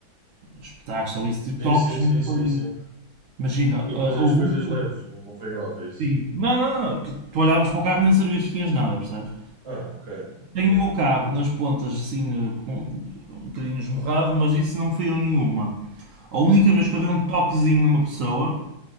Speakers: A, on the right; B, on the right.
A: espetar-se ou isso, tipo
B: Sim,
A: toques,
B: sim, sim,
A: mas
B: sim,
A: foi-
B: sim.
A: Imagina,
B: Sim,
A: ah,
B: coisas,
A: houve
B: coisas
A: um.
B: leves, não, não foi grave, é isso?
A: Sim. Não, não, não, tu, tu olhavas para o carro e nem sabias que tinhas nada, percebes?
B: Ah, ok, tranquilo.
A: Tenho o meu carro nas pontas assim, eh, com, um bocadinho esmorrado, mas isso não foi a nenhuma. A única vez que eu dei um toquezinho numa pessoa,